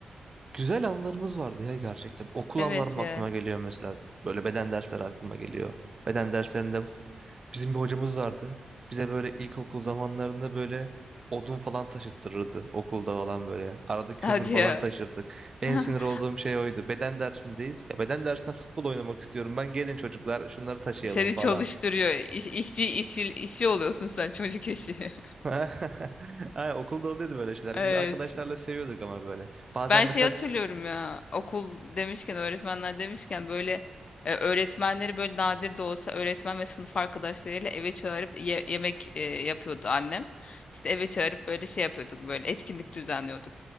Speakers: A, on the right; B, on the left.
A: Güzel anılarımız vardı ya gerçekten. Okul
B: Evet
A: anılarım
B: ya.
A: aklıma geliyor mesela. Böyle beden dersleri aklıma geliyor. Beden derslerinde f- bizim bir hocamız vardı. Bize böyle ilkokul zamanlarında böyle odun falan taşıttırırdı okulda falan böyle. Arada kömür
B: Hadi
A: falan
B: ya.
A: taşırdık. En
B: <laughs>
A: sinir olduğum şey oydu. Beden dersindeyiz. Ya beden dersinde futbol oynamak istiyorum. Ben gelin çocuklar şunları taşıyalım
B: Seni
A: falan.
B: çalıştırıyor. İş, işçi, işi işçi oluyorsun sen çocuk işi. <laughs>
A: <laughs> Ay, okulda oluyordu böyle şeyler.
B: Evet.
A: Biz arkadaşlarla seviyorduk ama böyle. Bazen
B: Ben
A: mesela
B: şey hatırlıyorum ya okul demişken öğretmenler demişken böyle e, öğretmenleri böyle nadir de olsa öğretmen ve sınıf arkadaşlarıyla eve çağırıp ye- yemek e, yapıyordu annem. İşte eve çağırıp böyle şey yapıyorduk böyle etkinlik düzenliyorduk.